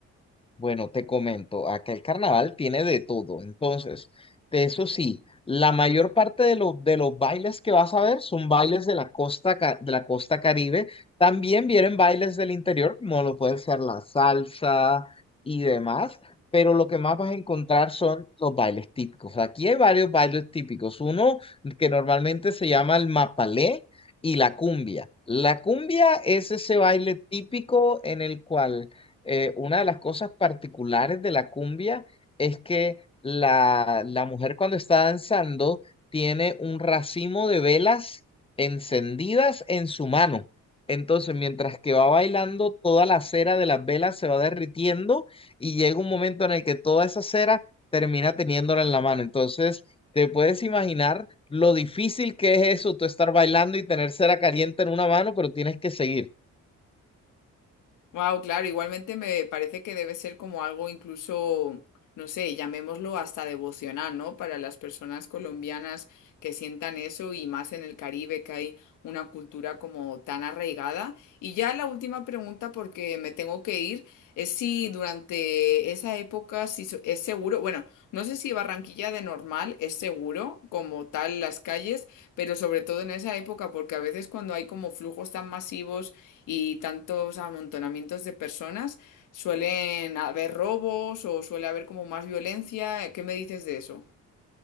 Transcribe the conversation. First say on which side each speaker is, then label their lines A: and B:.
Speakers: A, on the left; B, on the left.
A: Bueno, te comento, acá el carnaval tiene de todo. Entonces, de eso sí, la mayor parte de los, de los bailes que vas a ver son bailes de la costa, ca- de la costa Caribe. También vienen bailes del interior, como lo puede ser la salsa y demás, pero lo que más vas a encontrar son los bailes típicos. Aquí hay varios bailes típicos. Uno que normalmente se llama el mapalé y la cumbia. La cumbia es ese baile típico en el cual eh, una de las cosas particulares de la cumbia es que la, la mujer cuando está danzando tiene un racimo de velas encendidas en su mano. Entonces, mientras que va bailando, toda la cera de las velas se va derritiendo y llega un momento en el que toda esa cera termina teniéndola en la mano. Entonces, te puedes imaginar lo difícil que es eso, tú estar bailando y tener cera caliente en una mano, pero tienes que seguir.
B: Wow, claro, igualmente me parece que debe ser como algo incluso, no sé, llamémoslo hasta devocional, ¿no? Para las personas colombianas que sientan eso y más en el Caribe que hay una cultura como tan arraigada. Y ya la última pregunta, porque me tengo que ir, es si durante esa época si so- es seguro, bueno, no sé si Barranquilla de normal es seguro como tal las calles, pero sobre todo en esa época, porque a veces cuando hay como flujos tan masivos y tantos amontonamientos de personas, suelen haber robos o suele haber como más violencia. ¿Qué me dices de eso?